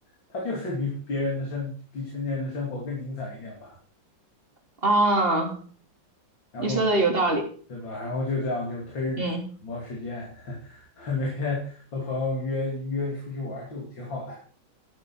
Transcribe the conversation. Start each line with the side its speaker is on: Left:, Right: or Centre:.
Left: 他就是比别人的生、比成年人的生活更精彩一点吧，
Right: 啊，
Left: 然后
Right: 你说的有道理。
Left: 对吧？然后就这样就推日子、
Right: 嗯，
Left: 磨时间，<laughs> 每天和朋友约约着出去玩儿就挺好的。